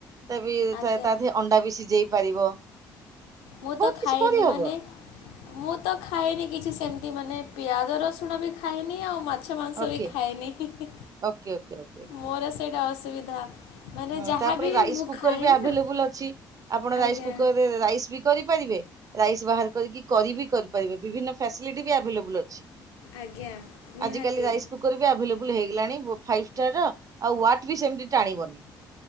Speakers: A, on the right (about 40°); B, on the left (about 85°).
A: ତ ବି
B: ଆଜ୍ଞା
A: ତା ଦେହରେ ଅଣ୍ଡା ବି ସିଝେଇ ପାରିବ।
B: ମୁଁ
A: ବହୁତ
B: ତ ଖାଏନି
A: କିଛି କରିହବ
B: ମାନେ। ମୁଁ ତ ଖାଏନି କିଛି ସେମିତି ମାନେ ପିଆଜ ରସୁଣ ବି ଖାଏନି ଆଉ ମା ମାଛ ମାଂସ
A: ଓକେ
B: ବି ଖାଏନି ହିଁ ହିଁ
A: ଓକେ ଓକେ ଓକେ।
B: ମୋର ସେଇଟା ଅସୁବିଧା। ମାନେ
A: ହୁଁ
B: ଯାହାବି
A: ତାପରେ ରାଇସ୍
B: ମୁଁ
A: କୁକର୍
B: ଖାଏ
A: ବି ଆଭେଲେବୁଲ୍
B: ନା
A: ଅଛି ଆପଣ ରାଇସ୍
B: ଆଜ୍ଞା
A: କୁକରରେ ରାଇସ୍ ବି କରିପାରିବେ ରାଇସ୍ ବାହାର କରିକି କରି ବି କରିପାରିବେ ବିଭିନ୍ନ ଫ୍ୟାସିଲିଟି ବି ଏଭେଲେବୁଲ। ବୁଲ ଅଛି
B: ଆଜ୍ଞା ନିହାତି
A: ଆଜିକାଲି ରାଇସକୁ ଆଭେଲେବୁଲ ହେଇଗଲାଣି ଫାଇଷ୍ଟାରର ଆଉ ୱାଟ ବି ସେମିତି ଟାଣିବନି।